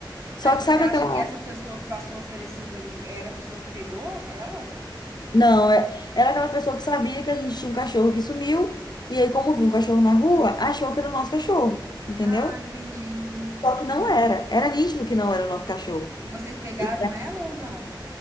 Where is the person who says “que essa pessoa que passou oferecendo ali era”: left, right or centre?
Right